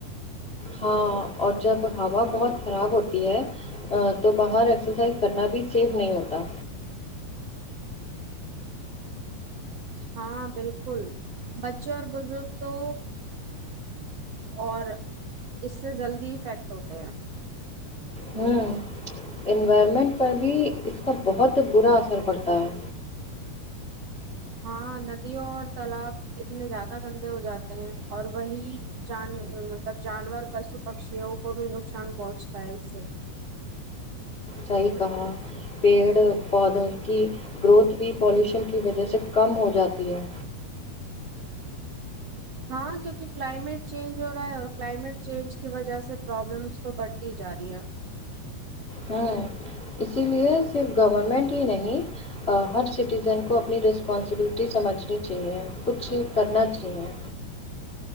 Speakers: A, on the left; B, on the right.
A: ہاں اور جب ہوا بہت خراب ہوتی ہے ا تو باہر ایکسرسائز کرنا بھی سیف نہیں ہوتا
B: ہاں بالکل بچوں اور بزرگ تو اور اس سے جلدی افیکٹ ہوتے ہیں
A: ہوں انوائرمنٹ پر بھی اس کا بہت برا اثر پڑتا ہے
B: ہاں ندیوں اور تالاب اتنے زیادہ گندے ہو جاتے ہیں اور وہی جان مطلب جانور پشو پکشیوں کو بھی نقصان پہنچتا ہے اس سے
A: صحیح کہا پیڑ پودوں کی گروتھ بھی پالوشن کی وجہ سے کم ہو جاتی ہے
B: ہاں کیونکہ کلائمیٹ چینج ہو رہا ہے اور کلائمیٹ چینج کی وجہ سے پرابلمس تو بڑھتی جا رہی ہے
A: ہوں اسی لیے صرف گورنمنٹ ہی نہیں ہر سٹیزن کو اپنی رسپانسبلٹی سمجھنی چاہیے کچھ کرنا چاہیے